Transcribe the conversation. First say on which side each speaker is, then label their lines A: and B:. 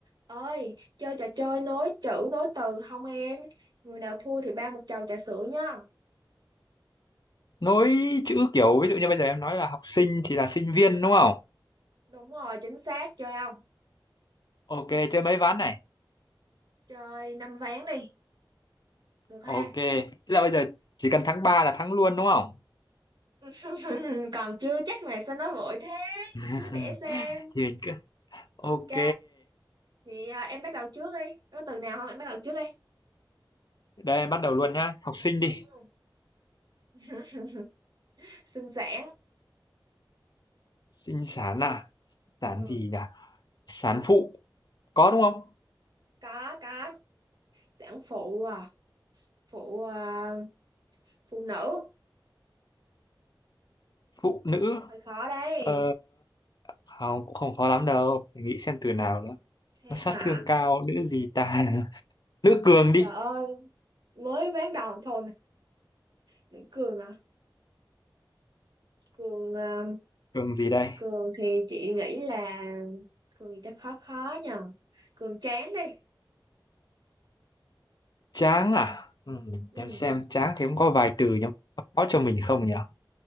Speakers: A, on the right (about 55°); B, on the left (about 60°).
A: ơi chơi trò chơi nối chữ nối từ không em người nào thua thì ba một chầu trà sữa nhá
B: nối chữ kiểu ví dụ như bây giờ em nói là học sinh thì là sinh viên đúng không
A: đúng rồi chính xác chơi không
B: ok chơi mấy ván này
A: chơi năm ván đi được
B: ok
A: ha
B: tức là bây giờ chỉ cần thắng ba là thắng luôn đúng không
A: <laughs> còn chưa chắc mà sao nói vội thế
B: <laughs>
A: cứ để xem
B: thì mình cứ ok
A: ok chị à, em bắt đầu trước đi có từ nào không em bắt đầu trước đi
B: đây em bắt đầu luôn nhá học sinh đi
A: ừ. <laughs> sinh sản
B: sinh sản à sản
A: ừ.
B: gì nhỉ sản phụ có đúng không
A: có có sản phụ à phụ à, phụ nữ
B: phụ nữ
A: hơi khó đây
B: ờ, không cũng không khó lắm đâu Để nghĩ xem từ nào nữa
A: thế
B: nó sát
A: hả
B: thương cao nữ gì ta <laughs> nữ cường đi
A: trời ơi mới ván đầu thôi mà. Để cười mà Cường ờ,
B: cường gì đây
A: Cường thì chị nghĩ là Cường thì chắc khó khó nhờ Cường chán đi
B: Chán à? Ừ,
A: ừ
B: chán Xem chán thì cũng có vài từ nhưng mà có cho mình không nhỉ?